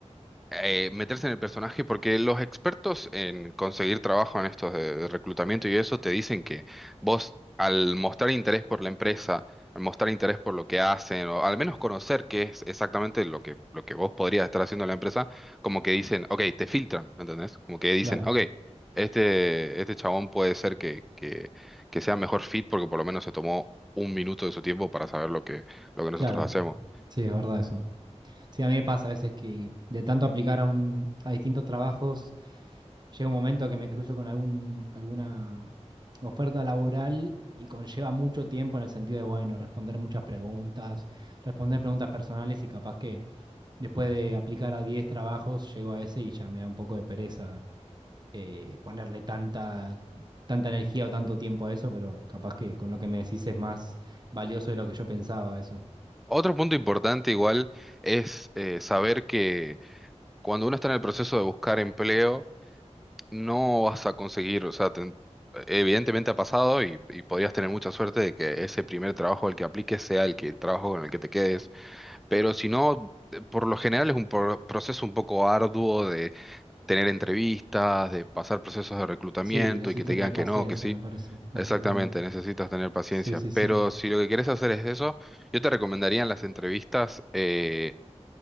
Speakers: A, in the centre; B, on the right (about 35°).
A: eh, meterse en el personaje, porque los expertos en conseguir trabajo en estos de, de reclutamiento y eso te dicen que vos al mostrar interés por la empresa, al mostrar interés por lo que hacen, o al menos conocer qué es exactamente lo que, lo que vos podrías estar haciendo en la empresa, como que dicen, ok, te filtran, ¿me ¿entendés? Como que dicen,
B: Claro,
A: ok, este, este chabón puede ser que, que, que sea mejor fit porque por lo menos se tomó un minuto de su tiempo para saber lo que, lo que nosotros
B: claro,
A: hacemos.
B: sí, es verdad eso. Sí, a mí me pasa a veces que de tanto aplicar a un, a distintos trabajos Llega un momento que me cruzo con algún, alguna oferta laboral y conlleva mucho tiempo en el sentido de, bueno, responder muchas preguntas, responder preguntas personales y capaz que después de aplicar a 10 trabajos llego a ese y ya me da un poco de pereza eh, ponerle tanta, tanta energía o tanto tiempo a eso, pero capaz que con lo que me decís es más valioso de lo que yo pensaba eso.
A: Otro punto importante igual es eh, saber que cuando uno está en el proceso de buscar empleo, no vas a conseguir, o sea, ten- evidentemente ha pasado y, y podrías tener mucha suerte de que ese primer trabajo al que apliques sea el que el trabajo con el que te quedes, pero si no, eh, por lo general es un pro- proceso un poco arduo de tener entrevistas, de pasar procesos de reclutamiento
B: Sí, necesito
A: y que te digan
B: tener paciencia,
A: que no, que sí.
B: me parece, más
A: Exactamente,
B: que todo.
A: necesitas tener paciencia.
B: Sí, sí, sí.
A: Pero si lo que quieres hacer es eso, yo te recomendaría en las entrevistas, eh,